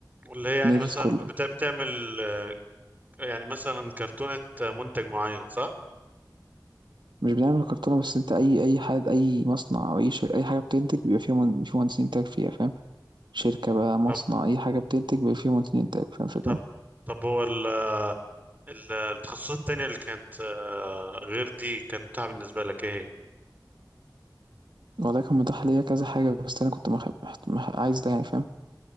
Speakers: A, on the right (about 25°); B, on the right (about 90°).
A: اللي هي يعني
B: بندرس
A: مثلا
B: كله
A: بتا- بتعمل آه، يعني مثلا كرتونة منتج معين صح؟
B: مش بنعمل كرتونة بس انت أي أي حد أي مصنع أو أي شركة أي حاجة بتنتج بيبقى فيها من... في مهندسين إنتاج فيها فاهم شركة
A: مم.
B: بقى مصنع
A: طب
B: أي حاجة بتنتج بيبقى فيها مهندسين إنتاج فاهم الفكرة
A: طب طب هو ال ال- التخصصات التانية اللي كانت آه، غير دي كانت متاحة بالنسبة لك ايه هي؟
B: والله كان متاح ليا كذا حاجة بس أنا كنت مخ... مح... مح... عايز ده يعني فاهم